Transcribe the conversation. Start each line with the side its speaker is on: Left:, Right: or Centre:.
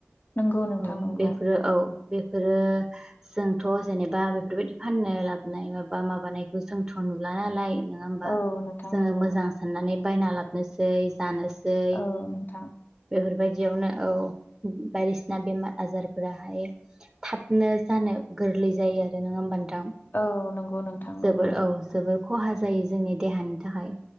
Left: नंगौ नोंथां
Right: औ
Left: नंगौ
Right: बेफोरो औ बेफोरो जोंथ' जेनेबा बेफोरबायदि फाननो लाबोनाय माबा माबानायखौ जोंथ' नुला नालाय नङा होमबा
Left: औ नोंथां
Right: जोङो
Left: नंगौ
Right: मोजां साननानै बायना लाबनोसै जानोसै
Left: औ नोंथां
Right: बेफोर बायदियावनो औ बायदिसिना बेमार आजारफोराहाय थाबनो जानो गोरलै जायो आरो नङा होमबा नोंथां?
Left: औ नंगौ नोंथां नंगौ
Right: जोबोर औ जोबोर खहा जायो जोंनि देहानि थाखाय